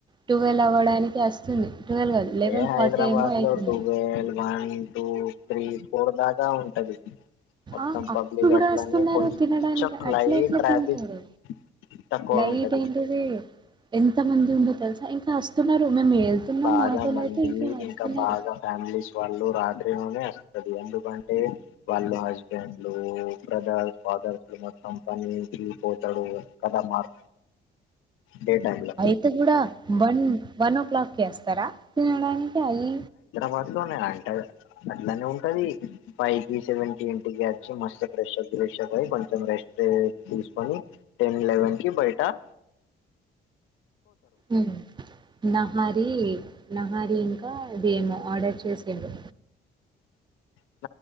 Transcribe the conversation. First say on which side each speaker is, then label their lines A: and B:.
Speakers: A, on the right; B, on the left.
A: టువెల్వ్ అవ్వడానికి వస్తుంది ట్వెల్వ్ కాదు లెవెన్
B: ఏ హైదరాబాద్
A: ఫార్టీ ఏమో అయితుంది
B: లో twelve one two three four దాకా ఉంటది మొత్తం
A: ఆ అప్పుడు
B: పబ్లిక్
A: కూడా
B: అట్లనే
A: వస్తున్నారు
B: కొంచెం
A: తినడానికి అట్ల
B: లైట్
A: ఎట్లా
B: ట్రాఫిక్
A: తింటారు
B: తక్కువ
A: లైట్
B: ఉంటది
A: ఏంటది ఎంత మంది ఉండే తెలుసా ఇంకా వస్తున్నారు మేము వెళ్తున్నాం
B: బాగా
A: మాటోలు
B: మంది
A: అయితే ఇంక వస్తున్నారు
B: ఇంకా బాగా ఫ్యామిలీస్ వాళ్ళు రాత్రిలోనే వస్తది ఎందుకంటే వాళ్ళు హస్బెండ్లు బ్రదర్స్ ఫాదర్స్లు మొత్తం పనికిపో తడు కద మార్ డే టైంల
A: అంత కూడా వన్ వన్ ఓ క్లాక్కి ఏస్తారా తినడానికి అయి
B: వన్లోనే అంటది అట్లనే ఉంటది ఫైకి సెవెన్కి ఇంటికి వచ్చి మస్తు ఫ్రెష్ అవు ష కొంచెం రెస్ట్ తీసుకొని టెన్ లెవెన్కి బయట అ
A: ఉ నహరి నహరి ఇంకాదేమో ఆర్డర్ చేసిండు
B: అవు